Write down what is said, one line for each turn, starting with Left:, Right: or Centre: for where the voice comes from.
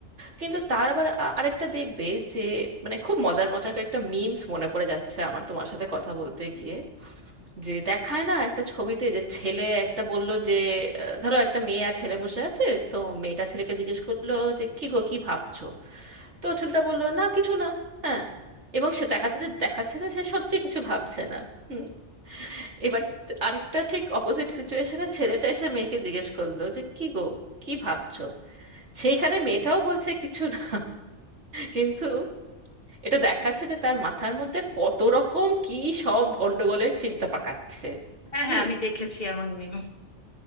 Right: কিন্তু তার আবার আ- আরেকটা দেখবে যে মানে খুব মজার মজার কয়েকটা মিমস মনে পড়ে যাচ্ছে আমার তোমার সাথে কথা বলতে গিয়ে যে দেখায় না একটা ছবিতে যে ছেলে একটা বলল যে আহ, ধরো একটা মেয়ে আর ছেলে বসে আছে তো মেয়েটা ছেলেকে জিজ্ঞেস করলো যে কি গো কি ভাবছো তো ছেলেটা বললো না কিছু না হ্যাঁ এবং সে দেখাতে যে দেখাচ্ছে যে সে সত্যি কিছু ভাবছে না হুম এবার আরেকটা ঠিক অপোজিট সিচুয়েশনে ছেলেটা এসে মেয়েকে জিজ্ঞেস করলো যে কি গো কি ভাবছো সেইখানে মেয়েটাও বলছে কিছু না কিন্তু এটা দেখাচ্ছে যে তার মাথার মধ্যে কত রকম কি সব গন্ডগোলের চিন্তা পাকাচ্ছে
Left: হ্যাঁ হ্যাঁ
Right: হুম
Left: আমি দেখেছি এমন meme।